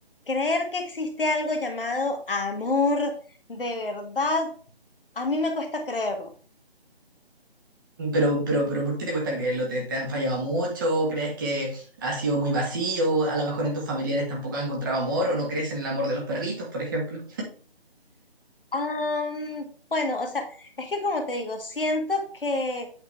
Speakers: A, on the left; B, on the right.
A: creer que existe algo llamado amor de verdad, a mí me cuesta creerlo.
B: Pero, pero, pero, ¿por qué te cuesta creerlo? ¿Te, te han fallado mucho? ¿Crees que ha sido muy vacío? A lo mejor en tus familiares tampoco has encontrado amor o no crees en el amor de los perritos, por ejemplo.
A: Am, bueno, o sea, es que como te digo, siento que